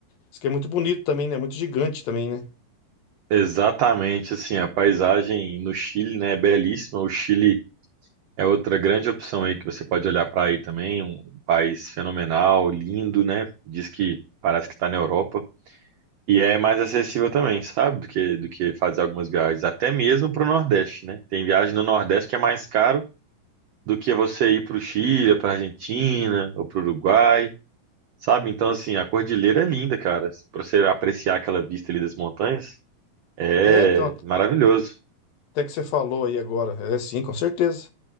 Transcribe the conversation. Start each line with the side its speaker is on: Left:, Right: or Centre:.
Left: diz que é muito bonito também, né, muito gigante também, né.
Right: exatamente. Assim, a paisagem no Chile, né, é belíssima. O Chile é outra grande opção aí que você pode olhar para aí também. Um país fenomenal, lindo, né? Diz que parece que está na Europa. E é mais acessível também, sabe? Do que, do que fazer algumas viagens, até mesmo para o Nordeste, né? Tem viagem no Nordeste que é mais caro do que você ir para o Chile, para Argentina ou para o Uruguai, sabe? Então, assim, a cordilheira é linda, cara. Para você apreciar aquela vista ali das montanhas, é
Left: É, então,
Right: maravilhoso.
Left: até que você falou aí agora, é sim, com certeza.